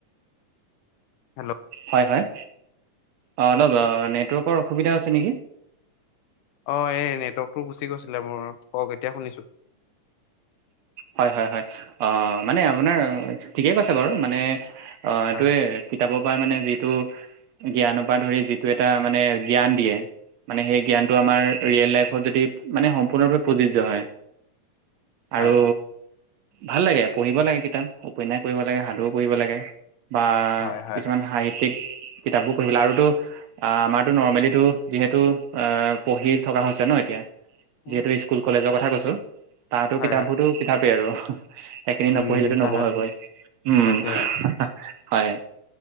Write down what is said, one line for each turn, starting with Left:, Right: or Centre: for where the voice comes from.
Left: হেল্ল'
Right: হয় হয়, অ' অলপ নেটৱৰ্কৰ অসুবিধা হৈছে নেকি?
Left: অ' এই নেটৱৰ্কটো গুচি গৈছিলে মোৰ, কওক এতিয়া শুনিছো।
Right: হয় হয় হয়, অ' মানে আপোনাৰ ঠিকেই কৈছে বাৰু! মানে অ'
Left: হয়
Right: এইটোৱে কিতাপৰ পৰা মানে যিটো জ্ঞানৰ পৰা ধৰি যিটো এটা মানে জ্ঞান দিয়ে। মানে সেই জ্ঞানটো আমাৰ ৰিয়েল লাইফত যদি মানে সম্পূৰ্ণৰূপে প্ৰযোজ্য হয়। আৰু
Left: হয়
Right: ভাল লাগে পঢ়িব লাগে কিতাপ, উপন্যাস পঢ়িব লাগে সাধুও পঢ়িব লাগে। বা
Left: হয় হয়
Right: কিছুমান
Left: হয়
Right: সাহিত্যিক কিতাপো পঢ়িব লাগে। আৰুতো অ' আমাৰতো নৰ্মেলিটো যিহেতু অ' পঢ়ি থকা হৈছে ন এতিয়া।
Left: উম,
Right: যিহেতু স্কুল-কলেজৰ
Left: উম, উম।
Right: কথা কৈছো, তাতো
Left: হয়
Right: কিতাপবোৰতো
Left: হয়
Right: কিতাপেই আৰু। সেইখিনি
Left: উম
Right: নপঢ়িলেতো
Left: তাহ-
Right: নবহে গৈ, উম
Left: তাকে
Right: হয়।